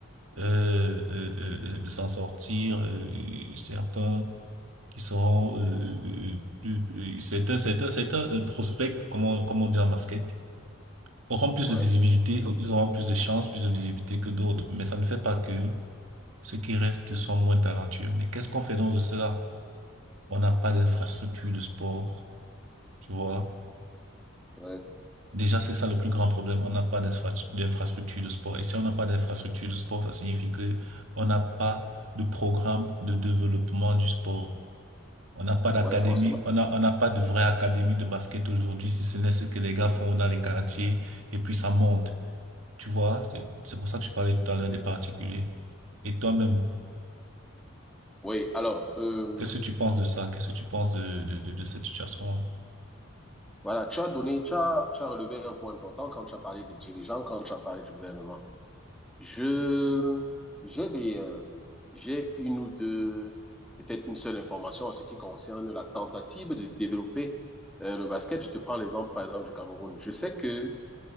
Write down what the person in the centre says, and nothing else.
oui,
oui,
oui,
forcément.
Oui, alors, euh,
voilà, tu as donné, tu as, tu as relevé un point important quand tu as parlé des dirigeants, quand tu as parlé du gouvernement. Je, j'ai des, euh, j'ai une ou deux, peut-être une seule information en ce qui concerne la tentative de développer euh, le basket. Je te prends l'exemple, par exemple, du Cameroun. Je sais que